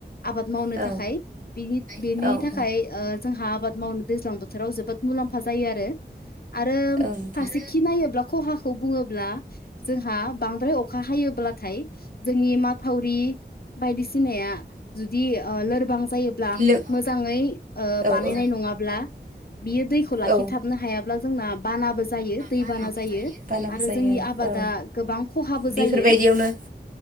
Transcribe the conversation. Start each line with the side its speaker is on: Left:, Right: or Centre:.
Left: आबाद मावनो
Right: औ
Left: थाखाय। बेनि बेनि
Right: औ
Left: थाखाय ओ जोंहा आबाद मावनो दैज्लां बोथोराव जोबोद मुलाम्फा जायो आरो। आरो
Right: औ नोंथां
Left: फारसे खि नायोब्ला खहाखौ बुङोब्ला जोंहा बांद्राय अखा हायोब्लाथाय जोंनि माथावरि बायदिसिनाया जुदि ओ लोरबां जायोब्ला
Right: लो
Left: मोजाङै ओ
Right: औ
Left: बानायनाय
Right: औ
Left: नङाब्ला बियो दैखौ लाखिथाबनो
Right: औ
Left: हायाब्ला जोंना बानाबो जायो दै
Right: बानाबो
Left: बाना जायो
Right: दैबाना
Left: आरो
Right: जायो
Left: जोंनि आबादा
Right: औ
Left: गोबां खहाबो
Right: बेफोरबायदियावनो
Left: जायो